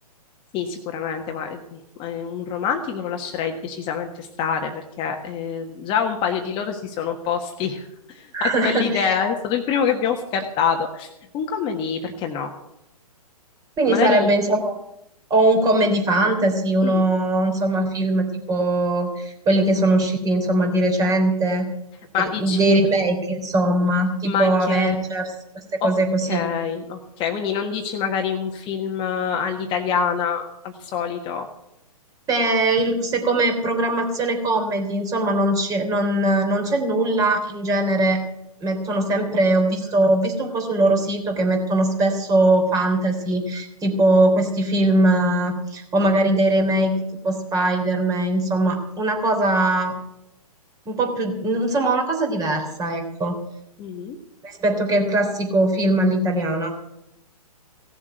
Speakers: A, on the left (about 25°); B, on the right (about 20°).
A: Sì, sicuramente, ma eh, eh, un romantico lo lascerei decisamente stare perché eh, già un paio di loro si sono opposti <laughs> a quell'idea,
B: <laughs>
A: è stato il primo che abbiamo scartato. Un comedy, perché no?
B: Quindi
A: Magari,
B: sarebbe, insomma, o un comedy fantasy, uno,
A: mm,
B: insomma, film tipo quelli che sono usciti, insomma, di recente, che-
A: ma dici,
B: dei remake, insomma, tipo
A: ma anche,
B: Avengers, queste cose
A: ok,
B: così.
A: ok, quindi non dici magari un film all'italiana, al solito.
B: Se, il- se come programmazione comedy, insomma, non c'è non- non c'è nulla, in genere mettono sempre, ho visto, ho visto un po' sul loro sito che mettono spesso fantasy, tipo questi film, eh, o magari dei remake tipo Spider-Man, insomma, una cosa un po' più, insomma, una cosa diversa, ecco,
A: Mm.
B: rispetto che il classico film all'italiana.